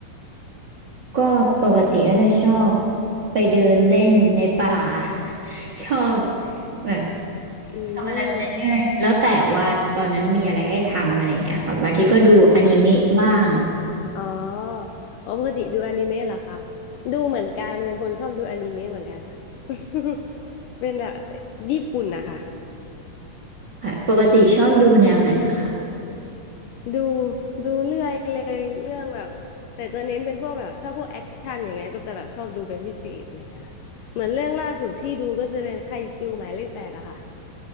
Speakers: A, on the right (about 60°); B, on the left (about 80°).
A: ก็ปกติก็จะชอบไปเดินเล่นในป่า <laughs> ชอบแบบ
B: อืม
A: ทำอะไรไปเรื่อยแล้วแต่ว่าตอนนั้นมีอะไรให้ทำอะไรอย่างเงี้ยค่ะบางทีก็ดูอนิเมะบ้าง
B: อ๋ออ๋อปกติดูอนิเมะเหรอคะดูเหมือนกันเป็นคนชอบดูอนิเมะเหมือนกันค่ะ <laughs> เป็นแบบญี่ปุ่นนะคะ
A: ค่ะปกติชอบดูแนวไหนคะ
B: ดูดูเรื่อยเลยเรื่องแบบแต่จะเน้นเป็นพวกแบบถ้าพวกแอคชั่นอย่างเงี้ยก็จะแบบชอบดูเป็นพิเศษอะไรเงี้ยค่ะเหมือนเรื่องล่าสุดที่ดูก็จะเป็นไคจูหมายเลขแปดอะค่ะ